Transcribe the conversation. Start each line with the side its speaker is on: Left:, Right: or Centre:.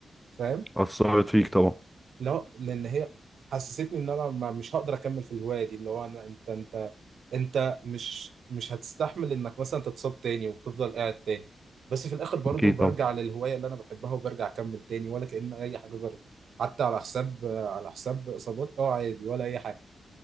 Right: فاهم
Centre: اثرت فيك طبعا
Right: لا لان هي حسستني ان انا ما- مش هقدر اكمل في الهوايه دي اللي هو انا انت انت انت مش مش هتستحمل انك مثلا تتصاب تاني وتفضل قاعد تاني بس في الاخر برضو
Centre: اكيد
Right: برجع
Centre: طبعا
Right: للهوايه اللي انا بحبها وبرجع اكمل تاني ولا كأن اي حاجه جرت حتى على حساب آه، على حساب اصابات اه عادي ولا اي حاجه